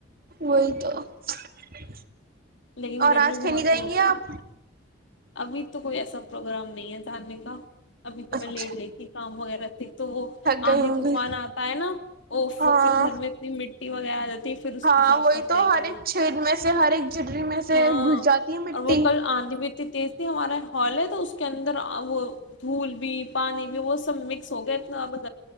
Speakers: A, on the right (about 50°); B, on the left (about 65°).
A: بول تو تھین
B: لیکن
A: اور
B: گرمی
A: آج کہنی
B: بہت
A: جائیں
B: ہی ہوتی
A: گے آپ
B: ہے ابھی تو کوئی ایسا پروگرام نہیں ہے تھاننے کا ابھی تو
A: تھک
B: میں لیٹ گئی تھی کام وغیرہ د تو وہ
A: گئی
B: آندھی
A: ہوں
B: طوفان
A: گی
B: آتا ہے نا وہ
A: ہاں
B: پھر گھر میں اتنی مٹی وغیرہ آ جاتی ہے پھر اس
A: ہاں
B: کی صاف
A: وہی
B: صفائی
A: تو ہر
B: کرو
A: ایک چھید میں سے ہر ایک جھرری میں سے
B: ہاں
A: گھس جاتی ہے مٹی
B: اور وہ کل آندھی بھی اتنی تیز تھی ہمارا ہال ہے تو اس کے اندر وہ دھول بھی پانی بھی وہ سب مکس ہو گئے ا ا